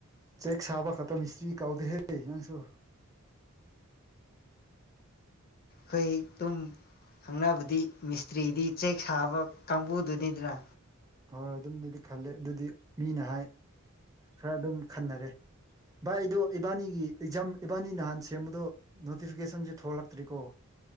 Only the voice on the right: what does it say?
ꯆꯦꯛ ꯁꯥꯕ ꯈꯛꯇ ꯃꯤꯁꯇ꯭ꯔꯤ ꯀꯎꯗꯦꯍꯦ ꯅꯪꯁꯨ
ꯍꯣꯏ ꯑꯗꯨꯝꯗꯗꯤ ꯈꯜꯂꯦ ꯑꯗꯨꯗꯤ ꯃꯤꯅ ꯍꯥꯏ ꯈꯔ ꯑꯗꯨꯝ ꯈꯟꯅꯔꯦ ꯚꯥꯏ ꯑꯩꯗꯣ ꯏꯕꯥꯅꯤꯒꯤ ꯑꯦꯛꯖꯥꯝ ꯏꯕꯥꯅꯤ ꯅꯍꯥꯟ ꯁꯦꯝꯕꯗꯣ ꯅꯣꯇꯤꯐꯤꯀꯦꯁꯟꯁꯨ ꯊꯣꯛꯂꯛꯇ꯭ꯔꯤꯀꯣ